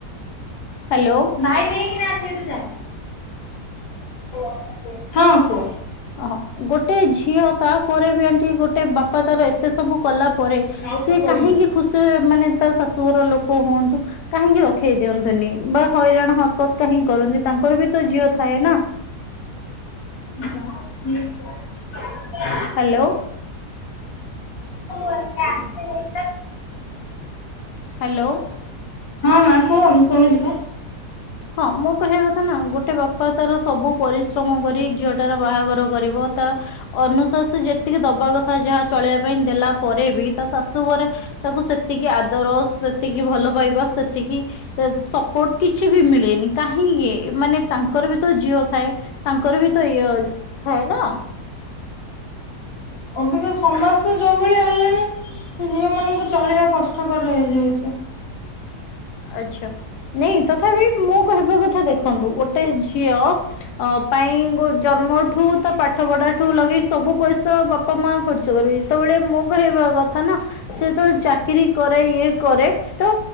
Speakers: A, on the left; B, on the left.
A: ହ୍ୟାଲୋ
B: ଭାଇ ନେଇକିନା ଆ ତୁ ଏଠୁ ଯା। <inaudible> ହଁ କୁହ।
A: ଓହ ଗୋଟେ ଝିଅ ତାପରେ ବି ଏଠି ଗୋଟେ ବାପା ତାର ଏତେ ସବୁ କଲା ପରେ ସିଏ
B: ଆଉ ପକାଉନାହାନ୍ତି
A: କାହିଁକି ଖୁସିରେ ମାନେ ତା ଶ ସୁ ଘର ଲୋକ ହୁଅନ୍ତୁ କାହିଁକି ରଖେଇ ଦିଅନ୍ତିନି ବା ହଇରାଣ ହରକତ କାହିଁ କରନ୍ତି ତାଙ୍କର ବି ତ ଝିଅ ଥାଏ ନା।
B: <inaudible>
A: ହ୍ୟାଲୋ।
B: <inaudible>
A: ହ୍ୟାଲୋ
B: ହଁ ମା। କୁହ ମୁଁ ଶୁଣୁଚି ପା।
A: ହଁ ମୁଁ କହିବା କଥା ନା ଗୋଟେ ବାପା ତାର ସବୁ ପରିଶ୍ରମ କରି ଝିଅଟାର ବାହାଘର କରିବ ତା ଅନୁସାସ ଯେତିକି ଦବା କଥା ଯାହା ଚଳେଇିବା ପାଇଁ ଦେଲା ପରେ ବି ତା ଶାଶୁଘରେ ତାକୁ ସେ ସେତିକି ଆଦର ସେତିକି ଭଲ ପାଇବା ସେତ ତିକି ଏ ସପୋର୍ଟ କିଛି ବି ମିଳ ହେଇନି। କାହିଁକି ମାନେ ତାଙ୍କର ବି ତ ଝିଅ ଥାଏ ତାଙ୍କର ବି ତ ଇଏ ଥାଏ ନା।
B: ଅବିକା ସମାଜ ତ ଯୋଉ ଭଳିଆ ହେଲାଣି ଝିଅ ମାନଙ୍କୁ ଚଳିବା କଷ୍ଟକର ହେଇଯାଉଛି।
A: ଆଛା ନାଇଁ ତଥାପି ମୁଁ କହିବା କଥା ଦେଖନ୍ତୁ ଗୋଟେ ଝିଅ ଅ ପାଇଁ ଗୋ ଜନ୍ମ ଠୁ ତ ପାଠ ପଢାଠୁ ଲଗେଇ ସବୁ ପଇସା ବା ପମା ଖର୍ଚ୍ଚ କରିବେ, ଯେତେବେଳେ ମୋ କହିବା କଥ କଥା ନା ସେତେବେଳେ ଚାକିରି କରେ ଇଏ କରେ, ତ